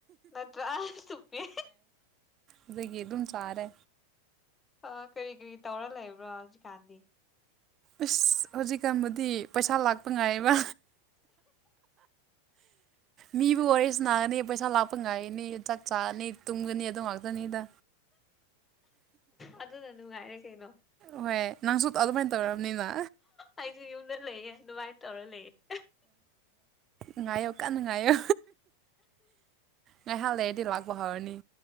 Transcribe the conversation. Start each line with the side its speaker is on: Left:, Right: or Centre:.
Left: ꯅꯠꯇ꯭ꯔꯥꯜ ꯆꯄꯦ
Right: ꯑꯗꯒꯤ ꯑꯗꯨꯝ ꯆꯥꯔꯦ
Left: ꯑ ꯀꯔꯤ ꯀꯔꯤ ꯇꯧꯔ ꯂꯩꯕ꯭ꯔꯣ ꯍꯧꯖꯤꯛꯀꯥꯟꯗꯤ
Right: ꯑꯁ ꯍꯧꯖꯤꯛꯀꯥꯟꯕꯨꯗꯤ ꯄꯩꯁꯥ ꯂꯥꯛꯄ ꯉꯥꯏꯔꯤꯕ ꯃꯤꯕꯨ ꯋꯥꯔꯤꯦ ꯁꯅꯥꯒꯅꯤ ꯄꯩꯁꯥ ꯂꯥꯛꯞꯄ ꯉꯥꯏ ꯃꯤ ꯆꯥꯛ ꯆꯥꯅꯤ ꯇꯨꯝꯒꯅꯤ ꯑꯗꯨꯝ ꯉꯥꯛꯇꯅꯤꯗ
Left: ꯑꯗꯨꯅ ꯅꯨꯡꯉꯥꯏꯔꯦ ꯀꯩꯅꯣ
Right: ꯍꯣꯏ ꯅꯪꯁꯨ ꯑꯗꯨꯃꯥꯏꯅ ꯇꯧꯔꯔꯕꯅꯤꯅ
Left: ꯑꯩꯁꯨ ꯌꯨꯝꯗ ꯂꯩꯌꯦ ꯑꯗꯨꯃꯥꯏꯅ ꯇꯧꯔ ꯂꯩ
Right: ꯉꯌ ꯀꯥꯟ ꯉꯌꯣ ꯉꯥꯏ ꯍꯂꯏ ꯂꯥꯛꯄ ꯍꯥꯏꯔꯅꯤ